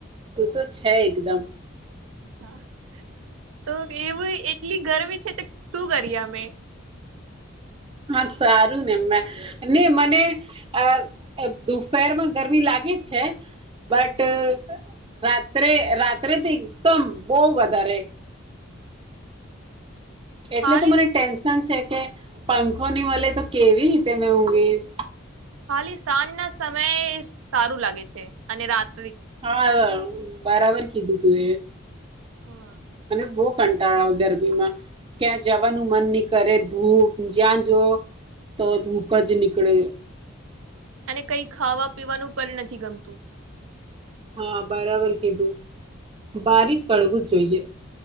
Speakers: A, on the right; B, on the right.
A: તું તો છે એકદમ
B: હા તો એવું એટલી ગરમી છે તો શું કરીએ અમે
A: હા સારું ને એમ ને મને આ દપેરમાં ગરમી લાગે છે બટ રાત્રે રાત્રે તો એકદમ બહ વધારે એટલે
B: ખાલી
A: તો મરી ટેન્શન છે કે પંખો ની મળે તો કેવી રીતે મે ઊગીશ
B: ખાલી સાંજ ના સમય સારું લાગે છે અને રાત
A: હા બરાબર કીધું તું એ
B: હા
A: મને બહુ કંટાળા આવે ગરમીમાં ક્યાં જવાનું મન નહી કરે ધૂપ જ્યાં જવ તો ધૂપ જ નીકળે
B: એને કઈ ખાવા પીવાનું પર નથી ગમતું
A: હા બરાબર કીધું બારીશ પડવું જ જોઈએ